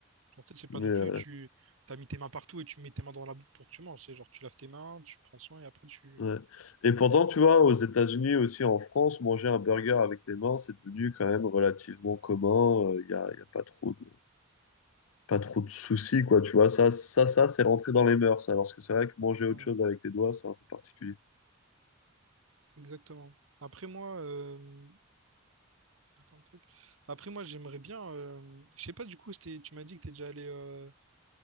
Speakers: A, on the right; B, on the left.
A: Genre, tu sais, c'est pas
B: Mais,
A: non
B: euh,
A: plus, tu t'as mis tes mains partout et tu mets tes mains dans la bouffe pour que tu manges. C'est genre, tu laves tes mains, tu prends soin et après, tu.
B: ouais. Et pourtant, tu vois, aux États-Unis aussi, en France, manger un burger avec les mains, c'est devenu quand même relativement commun. Il n'y a, y a pas trop de... pas trop de soucis, quoi, tu vois. Ça, ça, ça, c'est rentré dans les mœurs, alors parce que c'est vrai que manger
A: Ouais,
B: autre chose avec les doigts, c'est un peu particulier.
A: exactement. Après moi, euh, attends, tac. Après moi, j'aimerais bien. euh, Je sais pas du coup, c'était- tu m'as dit que t'es déjà allé euh,